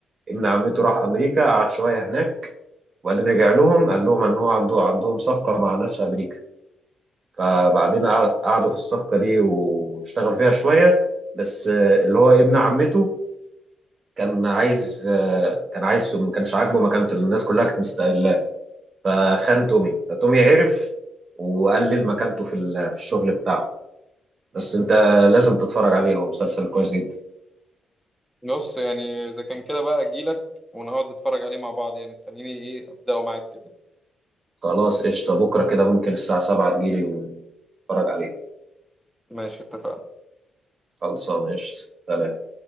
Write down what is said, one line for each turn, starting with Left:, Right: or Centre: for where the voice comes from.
Right: ابن عمته راح أمريكا قعد شوية هناك وبعدين رجع لهم قال لهم إن هو عنده عندهم صفقة مع ناس في أمريكا فبعدين قعد- قعدوا في الصفقة دي واشتغل فيها شوية بس آه، اللي هو ابن عمته كان عايز آه، كان عايز ما كانش عاجبه مكانته لأن الناس كلها كانت مستقلاه فخان تومي فتومي عرف وقلل مكانته في ال- في الشغل بتاعه بس انت لازم تتفرج عليه هو مسلسل كويس جدا
Centre: بص يعني اذا كان كده بقى اجيلك ونقعد نتفرج عليه مع بعض يعني خليني ايه ابداه معاك كده
Right: خلاص قشطة بكرة كده ممكن الساعة 7 تجيلي ونتفرج عليه
Centre: ماشي اتفقنا
Right: خلصانة قشطة سلام.